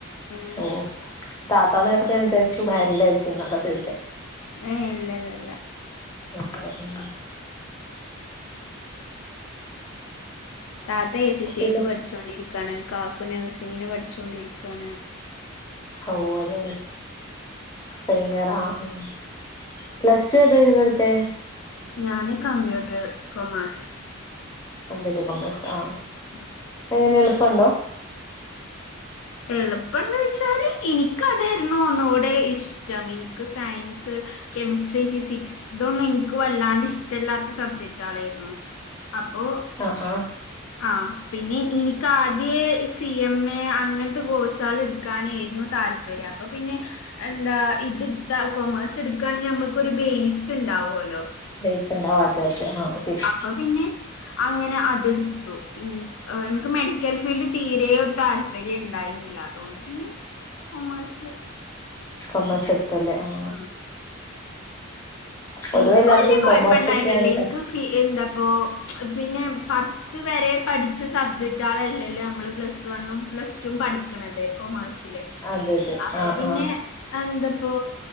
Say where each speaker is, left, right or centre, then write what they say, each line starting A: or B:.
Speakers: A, on the left; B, on the left.
A: ഉം
B: ഓ താത്താന്ന് കേട്ടപ്പോ ഞാൻവിചാറിച്ചു മാരിഡ ആയിരിക്കുന്ന് അതാ ചോദിച്ചെ
A: ഏ ഇല്ല ഇല്ല ഇല്ല
B: നട്ട <unintelligible>
A: താത്ത എ സി സിയക്ക്
B: പിന്നെ
A: പഠിച്ചുകൊണ്ടിരിക്കയാണ് കാക്കു നേഴ്സിങ്ങിന് പഠിച്ചുകൊണ്ടിരിക്കുകയാണ്
B: ഓ അതെല്ലെ ഭയങ്കര ആഹ് ആഹ് പ്ലസ് ടു ഏതായിരുന്നു എടുത്തെ
A: ഞാന് കമ്പ്യൂട്ടർ കൊമേഴ്സ്
B: കമ്പ്യൂട്ടർ കോമേഴ്സ് ആ
A: ഉം
B: എങ്ങനൊണ് എളുപ്പമുണ്ടോ
A: എളുപ്പന്ന് വെച്ചാല് എനിക്ക അതായിരുന്നു ഒന്നോടെ ഇഷ്ടം എനിക്ക് സയൻസ് കെമിസ്ട്രി ഫിസിക്സ് ഇതൊന്നും എനിക്ക് വല്ലാണ്ട് ഇഷ്ടമല്ലാത്ത സബ്ജക്റ്റ ആയിരുന്നു അപ്പോ
B: ആ ഹ്ആഹ്
A: ആഹ് പിന്നെ എനിക്കാദ്യ സി എം എ അങ്ങനത്തെ കോഴ്സാണ് എടുക്കാനായിരുന്നു താല്പ ര്യം അപ്പൊ പിന്നെ എന്താ ഇത് എടുത്താ കൊമേഴ്സ് എടുക്കാണെങ്കിൽ നമ്മുക്കൊരു ബേസ് ഉണ്ടാവോല്ലോ
B: ബേസ്ണ്ടാവും അതെ അതെ ആഹ് ശരി
A: അപ്പൊ പിന്നെ അങ്ങനെ അത്‌ എടുത്തു എനിക്ക് മെഡിക്കൽ ഫീൽഡിൽ തീരെ ഒരു താല്പര്യം ഉണ്ടായിരുന്നില്ല അതുകൊണ്ട് പിന്നെ കൊമേഴ്സ്
B: കോമേഴ്സ്
A: എടുത്തു
B: ഇട് തു അല്ലേ ആഹ്
A: ഉം
B: പൊതുവെ
A: എനിക്ക്
B: എല്ലാർക്കും
A: വലിയ കുഴപ്പ
B: കൊമേഴ്സ്
A: ഇണ്ടായിനില്ല
B: ഒക്കെയാണ്
A: എനിക്ക്
B: ടഫ്
A: ഫീ എന്താപ്പോ പിന്നെ പ പത്ത് വരെ പഠിച്ച സബ്ജക്ട് ആളല്ലല്ലേ നമ്മള് പ്ലസ് വണ്ണും പ്ലസ് ടും പഠിക്കണത് കൊമേഴ്സ് സിലെ
B: അതെ അതെ
A: അപ്പൊ
B: ആഹ്
A: പിന്നെ
B: ആഹ്
A: എന്താപ്പോ